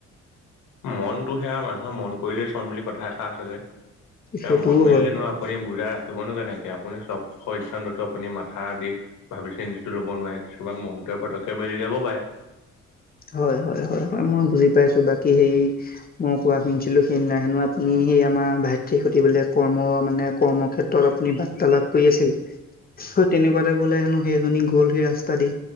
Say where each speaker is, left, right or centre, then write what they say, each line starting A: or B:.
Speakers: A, on the left; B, on the left.
A: মনটো সে আও, মানুহৰ মন কৰিলেই চন বুলি কথা এষা আছে যে।
B: সেইটোও
A: এ মেলিলেনো
B: হয়।
A: আপুনি বুজাই ৰাখিবনো কেনেকে আপুনি চব সিদ্ধান্ততো আপুনি মাথা দি। ভাবি চিন্তি ল'ব নোৱাৰে কিছুমান মনটোৱে পটককে মেলি যাব পাৰে।
B: হয় হয় হয় হয়, মই বুজি পাইছো বাকী হেৰি। মই কোৱা শুনিছিলো সেইদিনা হেনো আপুনি সেই আমাৰ ভাইটিক সুধি বোলে কৰ্ম মানে কৰ্ম ক্ষেত। তত আপুনি বাৰ্তালাপ কৰি আছিল তেনেকুৱাতে বোলে হেনো সেইজনী গ'ল সেই ৰাস্তা দি।